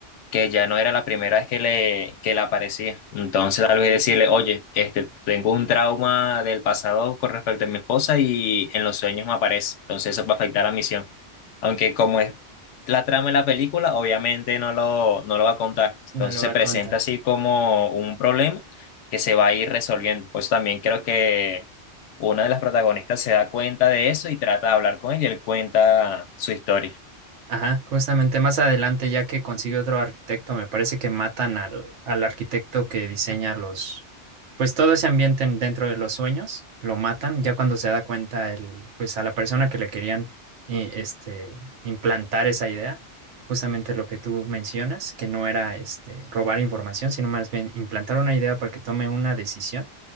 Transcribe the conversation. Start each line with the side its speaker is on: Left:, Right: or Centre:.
Left: que ya no era la primera vez que le, que le aparecía. Entonces tal vez decirle, oye, este, tengo un trauma del pasado con respecto a mi esposa y en los sueños me aparece. Entonces eso va a afectar la misión. Aunque como es la trama de la película, obviamente no lo, no lo va a contar. Entonces
Right: No lo
Left: se
Right: va
Left: presenta
Right: a contar.
Left: así como un problema que se va a ir resolviendo. Pues también creo que una de las protagonistas se da cuenta de eso y trata de hablar con él y él cuenta su historia.
Right: Ajá, justamente más adelante, ya que consigue otro arquitecto, me parece que matan al, al arquitecto que diseña los, pues todo ese ambiente en- dentro de los sueños, lo matan, ya cuando se da cuenta el, pues a la persona que le querían eh, este, implantar esa idea, justamente lo que tú mencionas, que no era este robar información, sino más bien implantar una idea para que tome una decisión